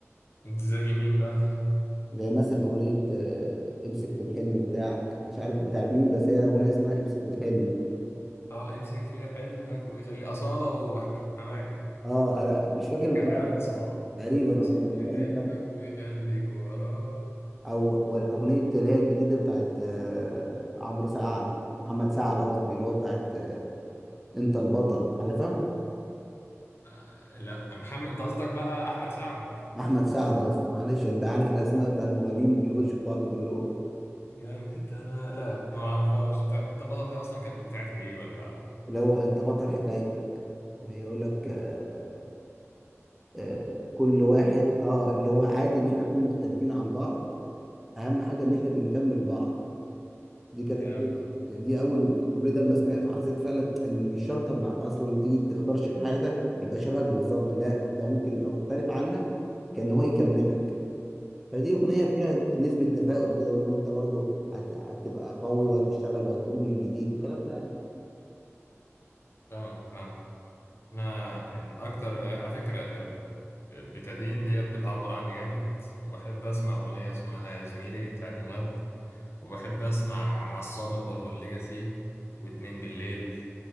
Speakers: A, on the left; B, in the centre.
A: انت زي مين بقى
B: زي مثلا اغنيه آه، امسك في الحلم بتاعك مش عارف بتاعت مين بس هي اغنيه اسمها امسك في الحلم
A: اه امسك في حلمك ويخلي أصالة وحماقي
B: اه انا مش فاكر
A: كان
B: اه
A: إعلان اتصالات
B: تقريبا
A: امسك
B: اه دي
A: في
B: فانت
A: حلمك ويخليك وراه
B: او والاغنيه اللي هي الجديده بتاعت آه، عمرو سعد محمد سعد قصدي اللي هو بتاعت آه، انت البطل عارفها
A: آه، لا محمد انت قصدك بقى احمد سعد
B: احمد سعد قصدي معلش انت عارف الاسماء بتاع المغنيين بيخشوا في بعض كلهم
A: جامد <laughs> انا لا ما اعرفهاش بتاع... انت البطل دي اصلا كان بتاعت ايه ولا
B: اللي هو انت بطل حكايتك اللي هي يقول لك آه، آه، كل واحد اه اللي هو عادي ان احنا نكون مختلفين عن بعض اهم حاجه ان احنا بنكمل بعض دي كانت
A: جامد
B: أول- دي اول كوبليه ده لما سمعته حسيت فعلا ان مش شرط مع اصلا تيجي تختار شريك حياتك يبقى شبهك بالظبط لا ده ممكن يبقى مختلف عنك كان هو يكملك فدي اغنيه فيها نسبه تفاؤل كده وان انت برضو هت... هتبقى قوي وهتشتغل وهتقوم من جديد والكلام ده يعني.
A: فاهم فاهم انا إن اكتر على فكره آه، بتدين ديت بتعبر عني جامد وبحب اسمع اغنيه اسمها يا زميلي بتاعت مهاب وبحب اسمع عصامت برضو الليجاسي واتنين بالليل